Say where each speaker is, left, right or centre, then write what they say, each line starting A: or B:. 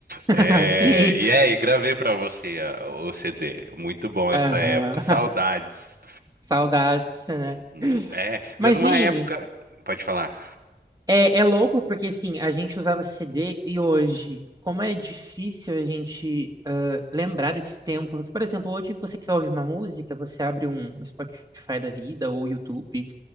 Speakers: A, on the right; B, on the right.
A: <laughs>
B: É,
A: Sim.
B: e aí, gravei pra você a- o CD. Muito bom essa
A: Aham.
B: época. Saudades.
A: Saudades, né?
B: Hum, É,
A: Mas,
B: mesma
A: sim,
B: época. Pode falar.
A: é, é louco porque, assim, a gente usava CD e hoje, como é difícil a gente ah, lembrar desse tempo. Porque, por exemplo, hoje você quer ouvir uma música, você abre um Spotify da vida ou YouTube